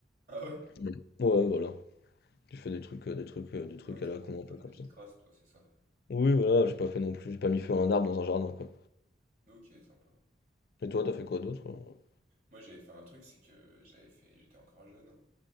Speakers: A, on the right; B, on the left.
A: Ah ouais?
B: Mm. Ouais, voilà. J'ai fait des trucs, euh, des trucs, euh, des trucs
A: Ah Ouais, tu
B: à la
A: faisais
B: con,
A: plein
B: un peu
A: de
B: comme
A: petites
B: ça.
A: crasses, toi, c'est ça.
B: Oui, voilà, j'ai pas fait non plus, j'ai pas mis feu à un arbre dans un jardin, quoi.
A: Ok, sympa.
B: Et toi, t'as fait quoi d'autre? euh
A: Moi, j'avais fait un truc, c'est que j'avais fait. J'étais encore jeune, hein,